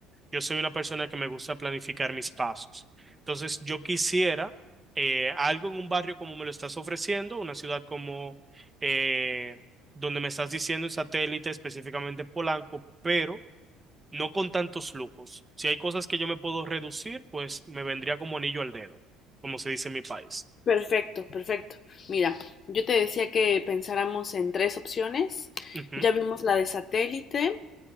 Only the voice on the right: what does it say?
Yo soy una persona que me gusta planificar mis pasos. Entonces, yo quisiera eh, algo en un barrio como me lo estás ofreciendo, una ciudad como eh, donde me estás diciendo en satélite, específicamente Polanco, pero no con tantos lujos. Si hay cosas que yo me puedo reducir, pues me vendría como anillo al dedo, como se dice en mi país.
Ujú,